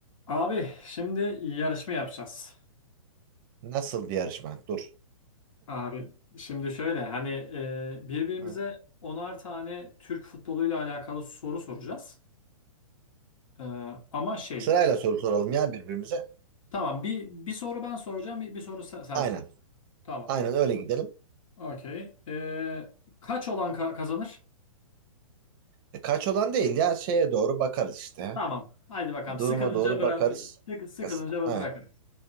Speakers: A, on the left; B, on the right.
A: Abi şimdi yarışma yapacağız.
B: Nasıl bir yarışma? Dur.
A: Abi şimdi şöyle hani e, birbirimize
B: Ha.
A: onar tane Türk futboluyla alakalı soru soracağız. E, ama şey
B: Sırayla soru soralım ya birbirimize.
A: tamam bir, bir soru ben soracağım bir, bir soru sen, sen
B: Aynen.
A: sor. Tamam.
B: Aynen öyle gidelim.
A: Okey. E, kaç olan ka- kazanır?
B: E, kaç olan değil ya şeye doğru bakarız işte.
A: Tamam. Haydi bakalım
B: Duruma
A: sıkılınca
B: doğru
A: bıra
B: bakarız.
A: sıkı- sıkılınca
B: Es-
A: bı-
B: Aynen.
A: bırakırız.